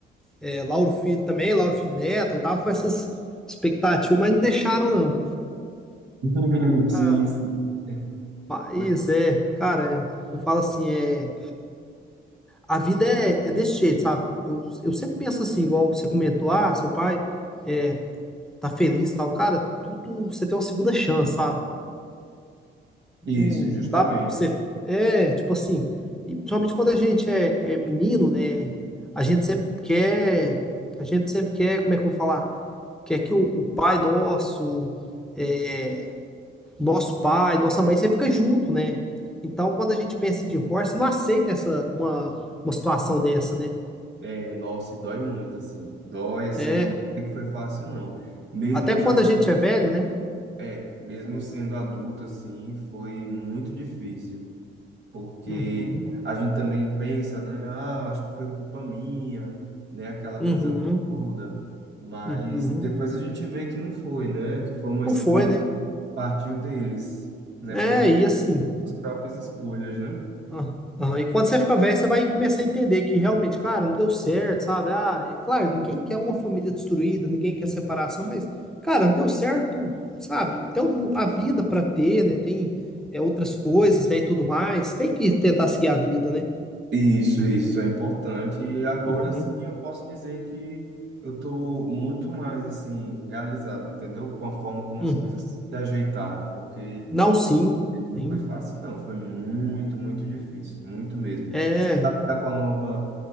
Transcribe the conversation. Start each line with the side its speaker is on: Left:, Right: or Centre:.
Centre: é, Lauro Filho também, Lauro Filho Neto, eu tava com essas expectativas, mas não deixaram, não.
Right: <laughs> Sim,
Centre: Ah,
Right: sim.
Centre: mas
Right: Pois-
Centre: é, cara, é, eu falo assim, é. a vida é, é desse jeito, sabe? Eu, eu sempre penso assim, igual você comentou, ah, seu pai é, tá feliz e tal. Cara, tudo você tem uma segunda chance, sabe? Não,
Right: Isso, justamente.
Centre: não dá pra você. É, tipo assim, e principalmente quando a gente é, é menino, né? A gente sempre quer. A gente sempre quer, como é que eu vou falar? Quer que o, o pai nosso, é, nosso pai, nossa mãe, sempre fica junto, né? Então, quando a gente pensa em divórcio, não aceita essa uma, uma situação dessa, né?
Right: É, nossa, e dói muito, assim. Dói, assim,
Centre: É,
Right: não vou dizer que foi fácil, não. Mesmo
Centre: Até
Right: eu
Centre: quando
Right: já. se-
Centre: a gente é velho, né?
Right: É, mesmo eu sendo adulto, assim, foi muito difícil. Porque
Centre: Uhum,
Right: a gente também pensa, né? Ah, eu acho que foi culpa minha, né? Aquela
Centre: uhum,
Right: coisa toda. Mas
Centre: uhum.
Right: depois a gente vê que não foi, né? Que foi uma
Centre: Não
Right: escolha
Centre: foi, né?
Right: que partiu deles, né?
Centre: É,
Right: Porque cada
Centre: e
Right: um
Centre: assim.
Right: com as próprias escolhas, né?
Centre: ah, ah, e quando você fica velho, você vai começar a entender que realmente, claro, não deu certo, sabe? Ah, é claro, ninguém quer uma família destruída, ninguém quer separação, mas, cara, não deu certo, sabe? Tem um- a vida pra ter, né? Tem é, outras coisas, né? E tudo mais. Tem que tentar seguir a vida, né?
Right: Isso, isso é importante. E agora
Centre: Uhum,
Right: sim eu posso dizer que eu estou muito mais assim realizado, entendeu? Com a forma como
Centre: uhum.
Right: as coisas se ajeitaram, porque
Centre: Não, sim,
Right: não
Centre: sim.
Right: foi fácil, não, foi muito, muito difícil, muito mesmo.
Centre: É.
Right: Tá com a nova